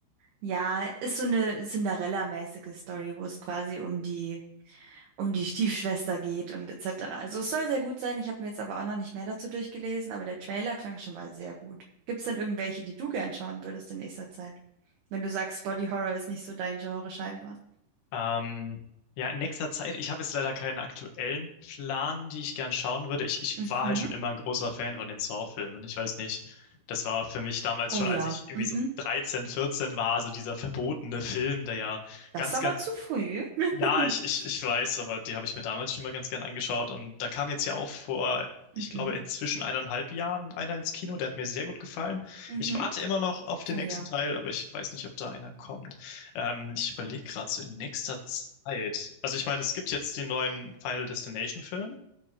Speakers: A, on the right; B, on the left.
A: Ja, ist so eine Cinderella-mäßige Story, wo es quasi um die um die Stiefschwester geht und etc. Also es soll sehr gut sein. Ich habe mir jetzt aber auch noch nicht mehr dazu durchgelesen, aber der Trailer klang schon mal sehr gut. Gibt es denn irgendwelche, die du gern schauen würdest in nächster Zeit? Wenn du sagst, Body Horror ist nicht so dein Genre scheinbar.
B: Ähm, ja, in nächster Zeit, ich habe jetzt leider keinen aktuellen Plan, die ich gern schauen würde. Ich, ich
A: Mhm.
B: war halt schon immer ein großer Fan von den Saw-Filmen. Ich weiß nicht. Das war für mich damals
A: Oh
B: schon,
A: ja.
B: als ich irgendwie
A: Mhm.
B: so 13, 14 war, also dieser verbotene Film, der ja
A: Das
B: ganz,
A: ist aber
B: ganz
A: zu früh. <laughs>
B: ja, ich, ich, ich weiß, aber die habe ich mir damals schon mal ganz gern angeschaut. Und da kam jetzt ja auch vor,
A: Mhm.
B: ich glaube, inzwischen eineinhalb Jahren einer ins Kino. Der hat mir sehr gut gefallen.
A: Mhm.
B: Ich warte immer noch auf den
A: Oh
B: nächsten
A: ja.
B: Teil, aber ich weiß nicht, ob da einer kommt. Ähm, ich überlege gerade so in nächster Zeit. Also ich meine, es gibt jetzt den neuen Final Destination Film.